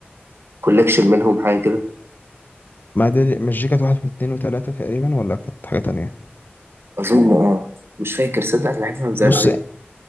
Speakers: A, on the right (about 70°); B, on the left (about 50°).
A: كولكشن منهم حاجة كده
B: ما دي مش دي كانت واحد واثنين وثلاثه تقريبا ولا كانت حاجه تانية
A: أظن أه مش فاكر صدق أنا لعبها من زمان
B: بص
A: أوي